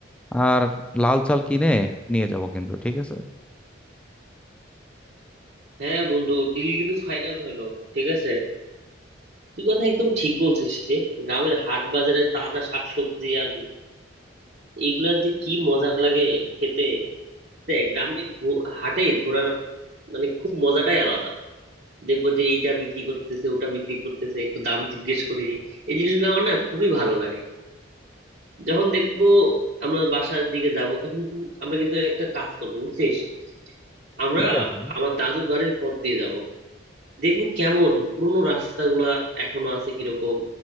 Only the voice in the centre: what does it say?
আর লাল চাল কিনে নিয়ে যাব কিন্তু ঠিক আছে
ঠিক আছে